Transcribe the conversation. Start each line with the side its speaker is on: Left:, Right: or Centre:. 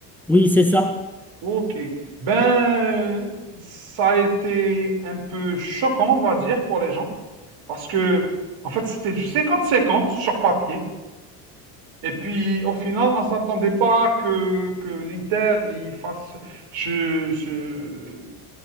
Centre: Oui, c'est ça.
Right: Ok. Ben, ça a été un peu choquant, on va dire, pour les gens. Parce que, en fait, c'était du 50-50 sur papier. Et puis, au final, on ne s'attendait pas que, que l'Inter il fasse ce, ce,